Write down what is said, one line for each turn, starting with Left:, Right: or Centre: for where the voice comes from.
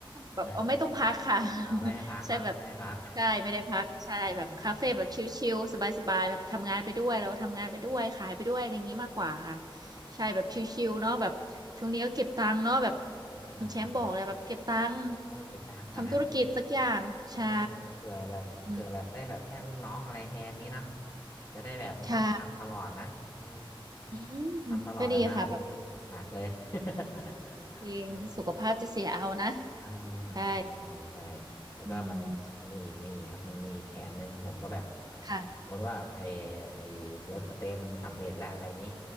Left: เออ
Right: แบบเออไม่ต้องพักค่ะ
Left: เอาไม่ให้พักเนาะไม่ให้พัก
Right: <laughs> ใช่แบบใช่ไม่ได้พักใช่แบบคาเฟ่แบบชิลๆสบายๆแบบทำงานไปด้วยแล้วทำงานไปด้วยขายไปด้วยอะไรอย่างนี้มากกว่าค่ะ
Left: อ๋ออ๋อ
Right: ใช่แบบชิลๆเนาะแบบช่วงนี้ก็เก็บตังค์เนาะแบบ
Left: เออเอออ่าอ่าอ่า
Right: คุณแชมป์บอกเลยแบบเก็บตังค์
Left: เออเก็บตังค์ก่อนนะ
Right: ทำธุรกิจสักอย่างใช่
Left: เออเผื่อแบบเผื่อแบบได้แบบจ้างลูกน้องอะไรแทนนี้เนาะ
Right: อืม
Left: จะได้แบบไม่ต้องทำตลอดนะเออ
Right: ใช่อืม
Left: ทำตลอดเวลานี่หนักเลย
Right: ก็ดีค่ะแบบ
Left: <laughs>
Right: เองสุขภาพจะเสียเอานะ
Left: เออ อ่า
Right: ใช่
Left: ใช่ใช่ใช่แล้วก็มันมันมีอีกมีอีกครับมันมีอีกแผนหนึ่งผมก็แบบ
Right: อืมค่ะ
Left: สมมติว่าไอไอเวิร์กสเปซมันสำเร็จแล้วอะไรอย่างนี้